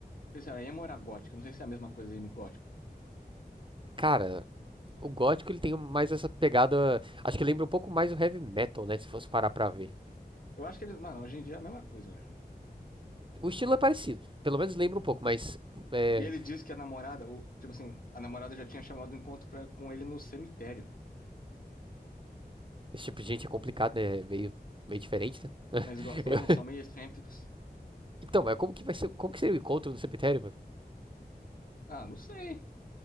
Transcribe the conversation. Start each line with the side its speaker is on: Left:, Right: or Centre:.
Left: sei se era emo ou era gótica, não sei se é a mesma coisa emo e gótico.
Right: cara, o gótico ele tem mais essa pegada, acho que lembra um pouco mais o heavy metal, né, se fosse parar pra ver.
Left: Eu acho que ele, mano, hoje em dia é a mesma coisa, eu acho.
Right: O estilo é parecido, pelo menos lembra um pouco, mas é,
Left: E ele disse que a namorada, o- tipo assim, a namorada já tinha chamado o encontro pra- com ele no cemitério.
Right: esse tipo de gente é complicado, né, é meio, meio diferente, né.
Left: Eles
Right: <laughs>
Left: gostam,
Right: Eu-
Left: né? Eles são meio excêntricos.
Right: Então, mas como que vai ser, como que seria o encontro do cemitério, mano?
Left: Ah, não sei.